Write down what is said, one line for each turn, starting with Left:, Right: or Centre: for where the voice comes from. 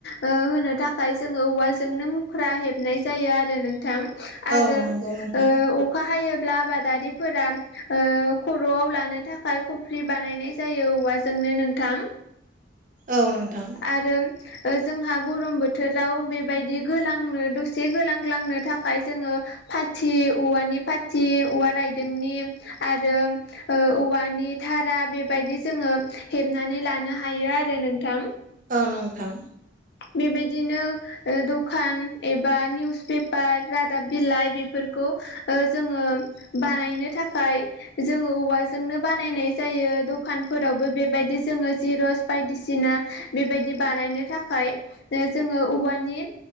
Left: ओ होनो थाखाय जोङो औवाजोंनो मुख्रा हेबनाय जायो आरो नोंथां।
Right: औ
Left: आरो
Right: नंगौ नोंथां
Left: ओ अखा हायोब्ला आबादारि फोरा ओ खर'आव लानो थाखाय खफ्रि बानायनाय जायो औवाजोंनो नोंथां।
Right: औ नोंथां।
Left: आरो ओ जोंहा गरम बोथोराव बेबायदि गोलांनो दसे गोलांगालांनो थाखाय जोङो फाथि, औवानि फाथि, औवा रायदोंनि आरो ओ औवानि धारा बेबायदि जोङो हेबनानै लानो हायो आरो नोंथां।
Right: औ नोंथां।
Left: बेबायदिनो ओ दखान एबा निउस पेपार, रादाब बिलाइ, बेफ बेफोरखौ ओ जोङो बानायनो थाखाय जोङो औवाजोंनो बानायनाय जायो। दखानफोरावबो बेबायदि जोङो जिरस बायदिसिना बेबायदि बानायनो थाखाय ओ जोङो औवानि